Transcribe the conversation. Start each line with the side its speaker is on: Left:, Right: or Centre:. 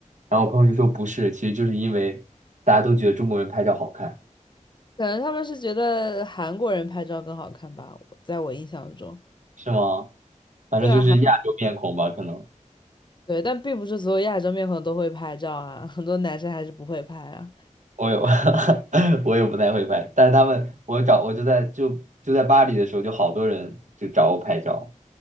Right: 然后我朋友就说不是，其实就是因为大家都觉得中国人拍照好看，
Left: 可能他们是觉得韩国人拍照更好看吧，在我印象中。
Right: 是吗？反正就是亚洲面孔吧，
Left: 对啊，韩国
Right: 可能
Left: 对，但并不是所有亚洲面孔都会拍照啊，很多男生还是不会拍啊。
Right: 我有，<laughs> 我也不太会拍，但是他们我找我就在就就在巴黎的时候，就好多人就找我拍照。